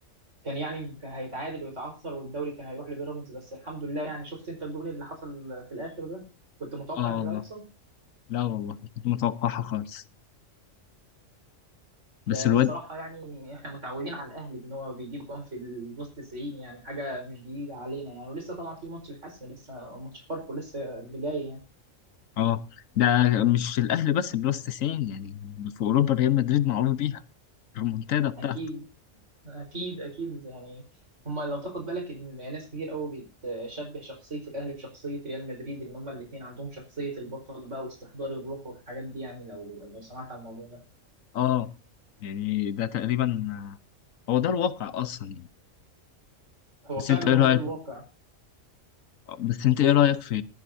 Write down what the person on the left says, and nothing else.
اه
والله
لا والله ما كنت متوقعها خالص بس الواد
اه ده مش الاهلي بس بلس 90 يعني في اوروبا ريال مدريد معروف بيها الريمونتادا بتاعته
اه يعني ده تقريبا هو ده الواقع اصلا يعني.
بس
انت ايه رايك
بس انت ايه رايك في